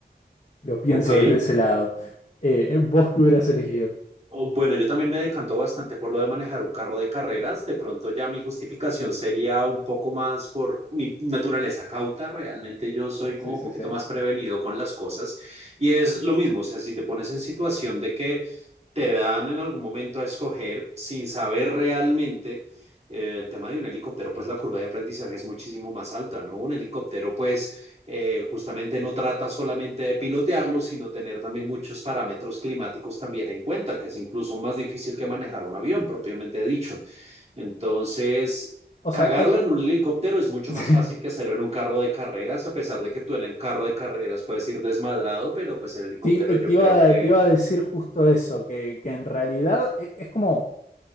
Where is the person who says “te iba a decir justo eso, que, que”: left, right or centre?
Left